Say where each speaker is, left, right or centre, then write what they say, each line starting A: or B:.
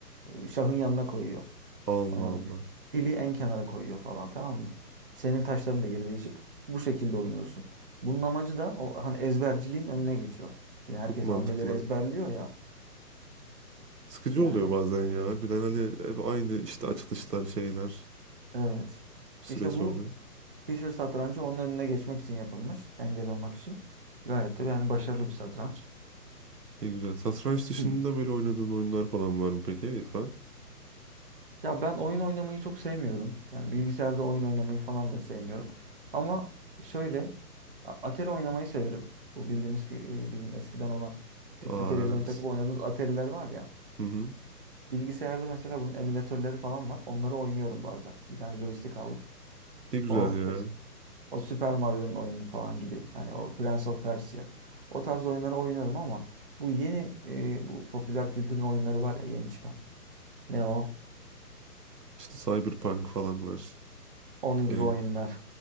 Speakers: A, on the right; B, on the right.
A: e, şahın yanına koyuyor.
B: Allah
A: Ondan sonra
B: Allah.
A: fili en kenara koyuyor falan tamam mı? Senin taşların da yeri değişik. Bu şekilde oynuyorsun. Bunun amacı da o hani ezberciliğin önüne geçiyor. Şimdi herkes
B: Çok mantıklı.
A: hamleleri ezberliyor ya
B: Sıkıcı
A: yani.
B: oluyor bazen ya. Harbiden hani hep aynı işte açılışlar şeyler
A: Evet.
B: bir süre
A: İşte
B: sonra.
A: bu Fischer satrancı onun önüne geçmek için yapılmış. Engel olmak için. Gayet de yani başarılı bir satranç.
B: Ne güzel. Satranç dışında
A: Hı.
B: böyle oynadığın oyunlar falan var mı peki İrfan?
A: Ya ben oyun oynamayı çok sevmiyorum. Yani bilgisayarda oyun oynamayı falan da sevmiyorum. Ama şöyle A- Atari oynamayı severim. Bu bildiğimiz ki e, bizim eskiden olan tüplü
B: Aa
A: televizyona
B: evet.
A: takıp oynadığımız Atari'ler var ya.
B: Hı hı.
A: Bilgisayarda mesela bunun emülatörleri falan var. Onları oynuyorum bazen. Bir tane joystick aldım.
B: Ne güzel
A: O
B: ya.
A: es- o Super Mario'nun oyunu falan gibi. Hani o Prince of Persia. O tarz oyunları oynuyorum ama bu yeni e, bu popüler kültürün oyunları var ya yeni çıkan. Ne o?
B: İşte Cyberpunk falan var.
A: Onun gibi
B: Ee,
A: oyunlar.